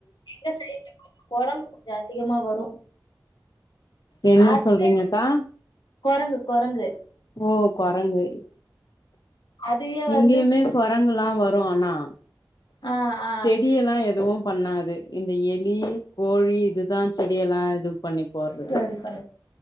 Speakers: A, on the left; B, on the left.
A: எங்க சைடு குரங்கு கொஞ்ச அதிகமா வரும்
B: என்ன
A: அது
B: சொல்றீங்கக்கா
A: குரங்கு குரங்கு
B: ஓ குரங்கு
A: அதுவே
B: இங்கியுமே
A: வந்து
B: குரங்கல்லாம் வரு ஆனா
A: ஆ ஆ
B: செடியல்லா எதுவும் பண்ணாது இந்த எலி கோழி இதுதா செடியெல்லா இது பண்ணி போடுறது
A: சரி பண்ண